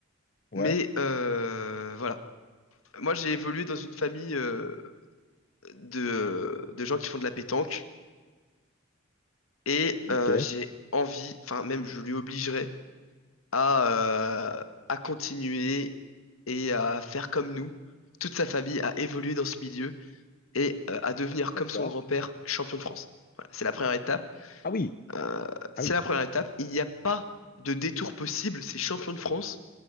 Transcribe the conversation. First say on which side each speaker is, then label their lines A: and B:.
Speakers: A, on the left; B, on the left.
A: ouais,
B: mais euh, voilà. Moi j'ai évolué dans une famille euh, de, de gens qui font de la pétanque et
A: ok,
B: euh, j'ai envie, enfin même je lui obligerai à, euh, à continuer et à faire comme nous, toute sa famille, à évoluer dans ce milieu et euh, à devenir comme
A: d'accord.
B: son grand-père champion de France. Voilà, c'est la première étape.
A: Ah oui,
B: Euh, c'est
A: ah oui,
B: la première étape. Il n'y a pas de détour possible. C'est champion de France